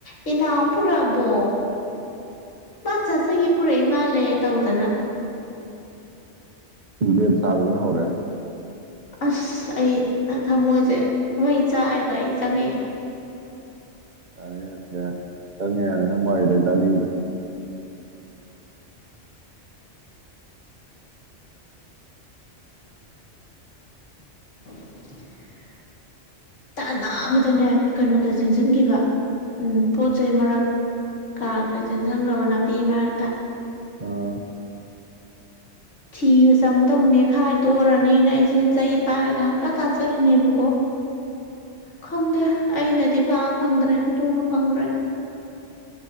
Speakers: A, on the left; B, on the right.
A: ꯌꯦꯅꯥꯎ ꯑꯃ ꯄꯨꯔꯛꯑꯕꯣ ꯄ ꯆꯥꯖꯒꯦ ꯄꯨꯔꯛꯏ ꯃꯥꯜꯂꯦ ꯇꯧꯗꯅ
B: ꯗꯦꯠ ꯁꯥꯕꯤꯅ ꯍꯧꯔꯦ
A: ꯑꯁ ꯑꯩ ꯊꯃꯣꯏꯁꯦ ꯃꯩ ꯆꯥꯏ ꯑꯗ ꯑꯩ ꯆꯪꯉꯦ
B: ꯑꯔꯦꯔꯦꯔꯦ ꯆꯪꯉꯦ ꯌꯥꯅꯤ ꯅꯪ ꯋꯥꯏꯗꯩ ꯇꯥꯅꯤꯡꯗꯦ
A: <unintelligible> ꯇꯥꯟꯅꯕꯗꯅꯦ ꯀꯩꯅꯣꯗ ꯆꯦꯟꯁꯤꯟꯈꯤꯕ ꯄꯣꯠ ꯆꯩꯩ ꯃꯔꯛ ꯀꯥꯔꯛꯇ ꯆꯦꯟꯁꯤꯟꯈ꯭ꯔꯕ ꯅꯥꯄꯤ ꯃꯔꯛꯇ
B: ꯑꯥ
A: ꯊꯤꯕ ꯆꯪꯕꯗꯕꯨꯅꯦ ꯈꯥꯏ ꯇꯣꯛꯑꯔꯅꯦꯅ ꯑꯩꯁꯦ ꯆꯩ ꯄꯥꯏꯔꯒ ꯍꯪꯀꯇꯥꯥ ꯆꯠꯂꯤꯅꯦꯕꯀꯣ ꯈꯪꯗꯦ ꯑꯩꯅꯗꯤ ꯐꯥꯕ ꯐꯪꯗ꯭ꯔꯦ ꯍꯣꯡꯗꯣꯛꯅ ꯐꯪꯗ꯭ꯔꯦ